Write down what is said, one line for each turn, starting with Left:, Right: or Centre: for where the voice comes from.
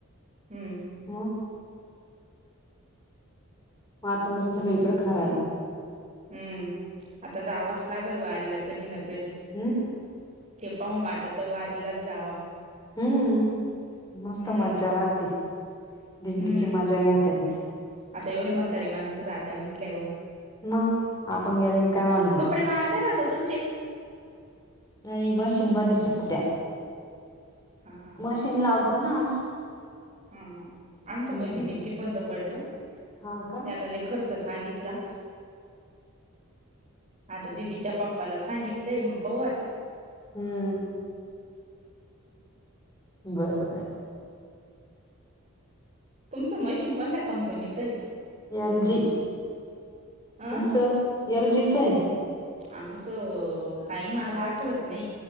Right: हम्म.
Left: हा. वातावरण सगळीकडें खराब आहे.
Right: हम्म आता जावच लागेल वारीला कधी ना कधी
Left: हम्म.
Right: ते पाहून वाटत वारीलाच जावा.
Left: हम्म मस्त
Right: हम्म
Left: मज्जा राहते दिंडीची
Right: हम्म
Left: मज्जा घेता येते.
Right: आता एवढी म्हातारी माणसं जाते म्हटल्यावर
Left: मग आपण गेले न काय होणार
Right: कपडे वाळत आहे का ग तुमचे?
Left: नाहीई मशीन मध सुकत्या.
Right: हा हा
Left: मशीन
Right: हा
Left: लावतो ना आम्ही.
Right: हा आमचं
Left: हम्म
Right: म्हजे नेमकीे बंद पडलं
Left: हा का
Right: त्याला खर्च सांगितला. आता दिदीच्या पाप्पाला सांगितलंय मग पाहू आता.
Left: हम्म बर बर.
Right: तुमचं मशीन कोणत्या कंपनीचं आहे.
Left: एल जी तुमचं
Right: अ
Left: एल जीचं आहे.
Right: आमचं काही मला आठवत नाही